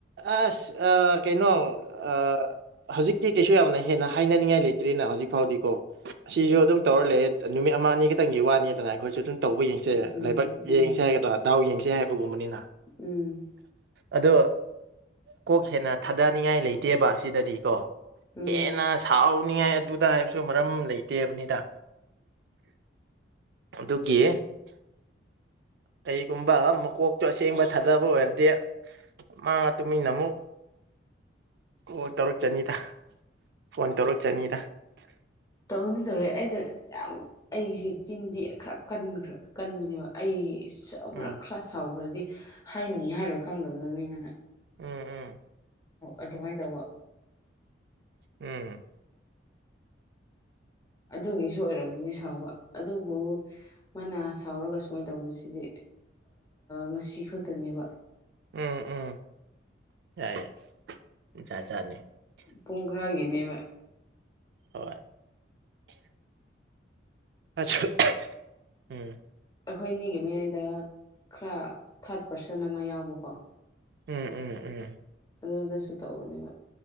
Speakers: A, on the right (about 60°); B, on the left (about 20°).
A: ꯑꯥꯁ ꯑ ꯀꯩꯅꯣ ꯑ ꯍꯧꯖꯤꯛꯇꯤ ꯀꯩꯁꯨ ꯌꯥꯝꯅ ꯍꯦꯟꯅ ꯍꯥꯏꯅꯅꯤꯡꯉꯥꯏ ꯂꯩꯇ꯭ꯔꯤꯅ ꯍꯧꯖꯤꯛ ꯐꯥꯎꯗꯤꯀꯣ ꯑꯁꯤꯁꯨ ꯑꯗꯨꯝ ꯇꯧꯔ ꯂꯩ ꯅꯨꯃꯤꯠ ꯑꯃ ꯑꯅꯤ ꯈꯤꯇꯪꯒꯤ ꯋꯥꯅꯤꯗꯅ ꯑꯩꯈꯣꯏꯁꯨ ꯑꯗꯨꯝ ꯇꯧꯕ ꯌꯦꯡꯁꯦ
B: ꯎꯝ
A: ꯂꯥꯏꯕꯛ
B: ꯎꯝ
A: ꯌꯦꯡꯁꯦ ꯍꯥꯏꯒꯗ꯭ꯔꯥ ꯗꯥꯎ ꯌꯦꯡꯁꯦ ꯍꯥꯏꯕꯒꯨꯝꯕꯅꯤꯅ
B: ꯎꯝ
A: ꯑꯗꯣ ꯀꯣꯛ ꯍꯦꯟꯅ ꯊꯥꯗꯅꯤꯡꯉꯥꯏ ꯂꯩꯇꯦꯕ ꯑꯁꯤꯗꯗꯤ ꯀꯣ
B: ꯎꯝ
A: ꯍꯦꯟꯅ ꯁꯥꯎꯅꯤꯡꯉꯥꯏ ꯑꯗꯨꯗ ꯍꯥꯏꯕꯁꯨ ꯃꯔꯝ ꯂꯩꯇꯦꯕꯅꯤꯗ ꯑꯗꯨꯒꯤ ꯀꯔꯤꯒꯨꯝꯕ ꯃꯀꯣꯛꯇꯣ ꯑꯁꯦꯡꯕ ꯊꯥꯗꯕ ꯑꯣꯏꯔꯗꯤ ꯃꯥ ꯇꯨꯃꯤꯟꯅ ꯑꯃꯨꯛ ꯀꯣꯜ ꯇꯧꯔꯛꯆꯅꯤꯗ ꯐꯣꯟ ꯇꯧꯔꯛꯆꯅꯤꯗ
B: ꯇꯧꯅ ꯇꯧꯔꯦ ꯑꯩꯅ ꯌꯥꯝ ꯑꯩꯁꯦ ꯆꯤꯟꯗꯤ ꯈꯔ ꯀꯟꯈ꯭ꯔ ꯀꯟꯕꯅꯦꯕ ꯑꯩ
A: ꯎꯝ
B: ꯈꯔ ꯁꯥꯎꯈ꯭ꯔꯗꯤ ꯍꯥꯏꯅꯤ ꯍꯥꯏꯔꯣ ꯈꯪꯗꯕꯗꫭ ꯃꯤꯒꯅ
A: ꯎꯝ ꯎꯝ
B: ꯑꯗꯨꯃꯥꯏꯅ ꯇꯧꯕ
A: ꯎꯝ
B: ꯑꯗꯨꯒꯤꯁꯨ ꯑꯣꯏꯔꯝꯒꯅꯤ ꯁꯥꯎꯕ ꯑꯗꯨꯕꯨ ꯃꯥꯅ ꯁꯥꯎꯔꯒ ꯁꯨꯃꯥꯏꯅ ꯇꯧꯕꯁꯤꯗꯤ ꯉꯁꯤ ꯈꯛꯇꯅꯦꯕ
A: ꯎꯝ ꯎꯝ ꯌꯥꯏ ꯌꯥꯏ ꯖꯥꯠꯖꯥꯠꯅꯤ
B: ꯄꯨꯡ ꯈꯔꯒꯤꯅꯦꯕ
A: ꯍꯣꯏ ꯑꯁꯨ ꯎꯝ
B: ꯑꯩꯈꯣꯏ ꯑꯅꯤꯒꯤ ꯃꯌꯥꯏꯗ ꯈꯔ ꯊꯥꯔꯠ ꯄꯥꯔꯁꯟ ꯑꯃ ꯌꯥꯎꯕꯀꯣ
A: ꯎꯝ ꯎꯝ ꯎꯝ
B: ꯑꯗꯨꯗꯁꯨ ꯇꯧꯕꯅꯦꯕ